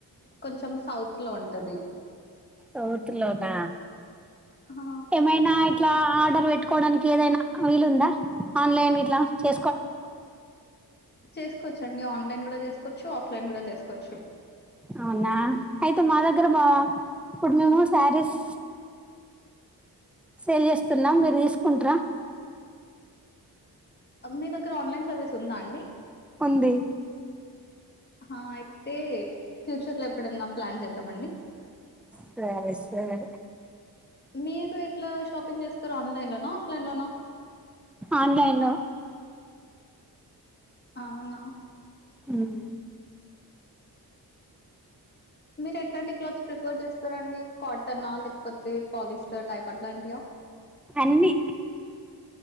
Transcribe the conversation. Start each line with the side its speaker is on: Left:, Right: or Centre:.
Left: కొంచెం సౌత్ లో ఉంటది
Centre: సౌత్ లోనా
Left: ఆ
Centre: ఏమైనా ఎట్లా ఆర్డర్ పెట్టుకోవడానికి ఏదైనా వీలుందా ఆన్లైన్ ఇలా చే
Left: చేసుకోవచ్చండి ఆన్లైన్ కూడా చేసుకోవచ్చు చ్చ ఆఫ్లైన్ కూడా తీసుకోవచ్చు
Centre: అవునా అయితే మా దగ్గర బావా ఇప్పుడు మేము శారీస్ సేల్ చేస్తున్నాం మీరు తీసుకుంటార
Left: మీ దగ్గర ఆన్లైన్ సర్వీస్ ఉందా అండి
Centre: ఉంది
Left: ఆ అయితే ఫ్యూచర్ లో ఎప్పుడన్నా ప్లాన్ చేద్దామండి
Centre: సరే సరే
Left: మీరు ఎట్లా షాపింగ్ చేస్తారు ఆన్లైన్ లోనా ఆఫ్లైన్ లోన
Centre: ఆన్లైన్లో
Left: అవునా
Centre: మ్మ్
Left: మీరు ఎట్లాంటి క్లాత్స్ ప్రిఫర్ చేస్తారండి కాటన్ ఆ లేకపోతే పాలిస్టర్ టైప్ అట్లాంటియా
Centre: అన్ని